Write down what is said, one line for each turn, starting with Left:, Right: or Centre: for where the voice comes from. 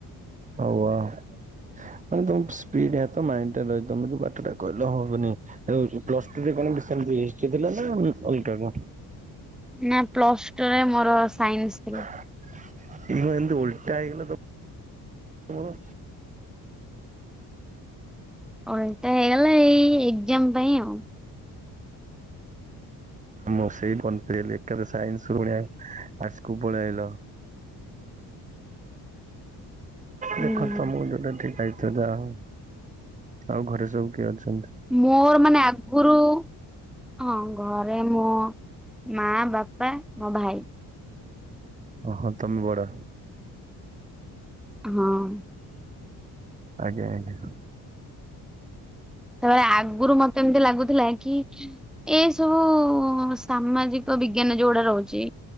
Right: ହଉ ଆଉ। ମାନେ ତମ ସ୍ପିଡ ହାତ ମାଇଣ୍ଡରେ ରୁହେ ତମେ ଯୋଉ ପାଠଟା କହିଲ ହଁ ମାନେ ହେତେବେଳେ ସବୁ ପ୍ଲସ ଟୁ ରେ କଣ ଗୋଟେ ସେମିତି ହିଷ୍ଟ୍ରି ଥିଲା ନା ଆଉ ଅଲଗା ମ
Centre: ନା ପ୍ଲସ୍ ଟୁରେ ମୋର ସାଇନ୍ସ ଥିଲା।
Right: ତୁମେ ଏମତି ଉଲଟା ହେଇଗଲ ହଁ।
Centre: ଅଲଟା ହେଇଗଲା ଏଇ ଏକ୍ଜାମ ପାଇଁ ଆଉ।
Right: ମୁଁ ସେଇ ବନଫିଲି ଏକାଦ ସାଇନ୍ସ ଭଳିଆ ଆର୍ଟସ୍ କୁ ପଳେଇ ଆଇଲ।
Centre: ହୁଁ
Right: ଦେଖ ତମକୁ ଯୋଉଟା ଠିକ ଲାଗି ଥୀ ଯାହାହଉ ଆଉ ଘରେ ସବୁ କିଏ ଅଛନ୍ତି?
Centre: ମୋର ମାନେ ଆଗୁରୁ ହଁ ଘରେ ମୋ ମା ବାପା ମୋ ଭାଇ
Right: ଓହୋ ତମେ ବଡ
Centre: ହଁ।
Right: ଆଜ୍ଞା ଆଜ୍ଞା।
Centre: ସେତବେଳେ ଆଗୁରୁ ମତେ ଏମତି ଲାଗୁଥିଲା କି ଏ ସବୁ ସାମାଜିକ ବିଜ୍ଞାନ ଯୋଉଗୁଡା ରହୁଚି।